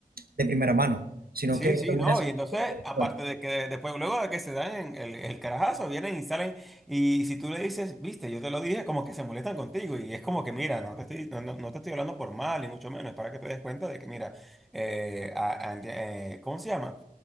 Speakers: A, on the right; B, in the centre.
A: de primera mano, sino
B: sí,
A: que
B: sí,
A: lo viene
B: no.
A: a aceptar
B: Y entonces,
A: después.
B: aparte de que después, luego de que se dan el, el carajazo, vienen y salen. Y si tú le dices, viste, yo te lo dije, como que se molestan contigo. Y es como que, mira, no te estoy, no, no- no te estoy hablando por mal, ni mucho menos. Es para que te des cuenta de que, mira, eh, a- a- eh, ¿cómo se llama?